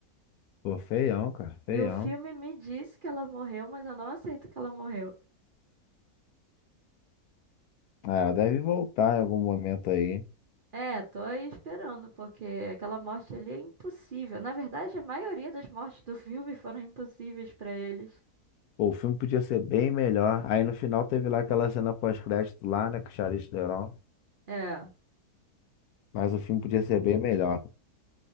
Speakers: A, on the left; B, on the right.
A: Pô, feião, cara, feião.
B: E o filme me disse que ela morreu, mas eu não aceito que ela morreu.
A: Ah, ela deve voltar em algum momento aí.
B: É, tô aí esperando, porque aquela morte ali é impossível. Na verdade, a maioria das mortes do filme foram impossíveis pra eles.
A: Pô, o filme podia ser bem melhor. Aí no final teve lá aquela cena pós-crédito lá, né, com o Charlize Theron.
B: É.
A: Mas o filme podia ser bem melhor.